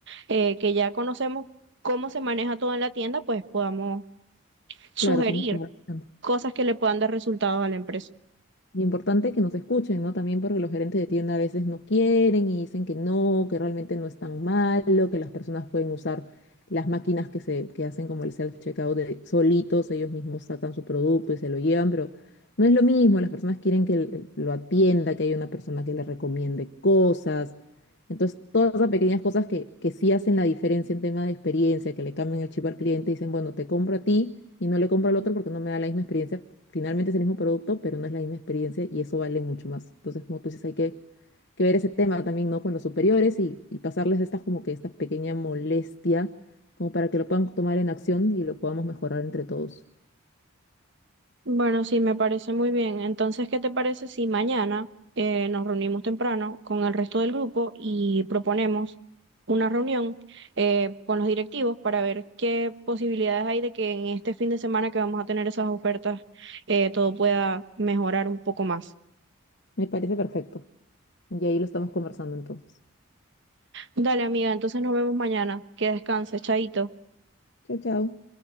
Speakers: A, on the right (about 55°); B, on the left (about 50°).
A: eh, que ya conocemos cómo se maneja todo en la tienda, pues podamos sugerir
B: claro, podemos tomar. acción.
A: cosas que le puedan dar resultados a la empresa.
B: Y importante que nos escuchen, ¿no? También porque los gerentes de tienda a veces no quieren y dicen que no, que realmente no es tan malo, que las personas pueden usar las máquinas que se, que hacen como el self-checkout de solitos, ellos mismos sacan su producto y se lo llevan, pero no es lo mismo, las personas quieren que el- el- lo atienda, que haya una persona que le recomiende cosas, entonces, todas esas pequeñas cosas que, que sí hacen la diferencia en tema de experiencia, que le cambian el chip al cliente, dicen, bueno, te compro a ti y no le compro al otro porque no me da la misma experiencia. Finalmente es el mismo producto, pero no es la misma experiencia y eso vale mucho más. Entonces, como tú dices, hay que, que ver ese tema también, ¿no? Con los superiores y, y pasarles estas como que esta pequeña molestia, como para que lo puedan tomar en acción y lo podamos mejorar entre todos.
A: Bueno, sí, me parece muy bien. Entonces, ¿qué te parece si mañana eh, nos reunimos temprano con el resto del grupo y proponemos una reunión eh, con los directivos para ver qué posibilidades hay de que en este fin de semana que vamos a tener esas ofertas eh, todo pueda mejorar un poco más?
B: Me parece perfecto. Y ahí lo estamos conversando entonces.
A: Dale, amiga, entonces nos vemos mañana. Que descanses, chaito.
B: Chao, chao.